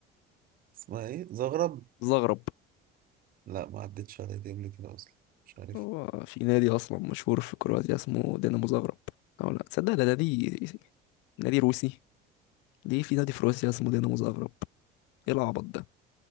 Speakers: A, on the right (about 50°); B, on the left (about 80°).
A: اسمها ايه زغرب
B: زغرب
A: لا ما عدتش عليا دي قبل كده اصلا مش عارف
B: هو في نادي اصلا مشهور في كرواتيا اسمه دينامو زغرب او لا تصدق ده نادي نادي روسي ليه في نادي في روسيا اسمه دينامو زغرب ايه العبط ده